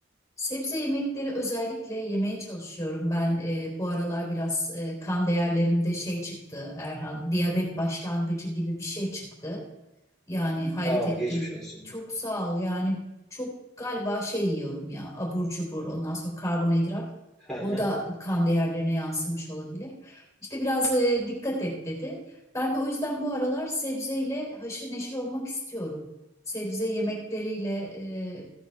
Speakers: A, on the left; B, in the centre.
A: sebze yemekleri özellikle yemeye çalışıyorum. Ben e, bu aralar biraz e, kan değerlerimde şey çıktı Erhan, diyabet başlangıcı gibi bir şey çıktı. Yani hayret
B: Aa
A: ettim.
B: geçmiş olsun.
A: Çok sağ ol. Yani çok galiba şey yiyorum ya abur cubur ondan sonra karbonhidrat.
B: Hı hı,
A: O da kan değerlerine yansımış olabilir. İşte biraz e, dikkat et dedi. Ben de o yüzden bu aralar sebzeyle haşır neşir olmak istiyorum. Sebze yemekleriyle e,